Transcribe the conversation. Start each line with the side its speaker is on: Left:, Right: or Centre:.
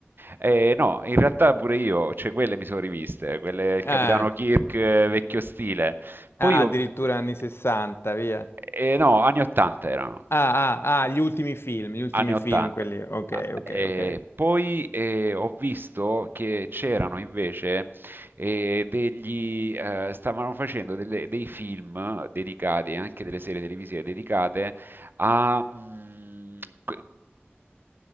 Right: Eh, no, in realtà pure io, cioè quelle mi sono riviste, quelle il Capitano
Left: Ah,
Right: Kirk eh, vecchio stile. Poi
Left: ah,
Right: ho...
Left: addirittura
Right: eh,
Left: anni 60, via.
Right: eh, no, anni 80 erano.
Left: Ah, ah, ah, gli ultimi film, gli ultimi
Right: anni 80.
Left: film, quelli... Ok,
Right: Ah,
Left: ok,
Right: eh,
Left: ok.
Right: poi eh, ho visto che c'erano invece eh, degli, eh, stavano facendo delle- dei film dedicati, anche delle serie televisive dedicate a... mm, que-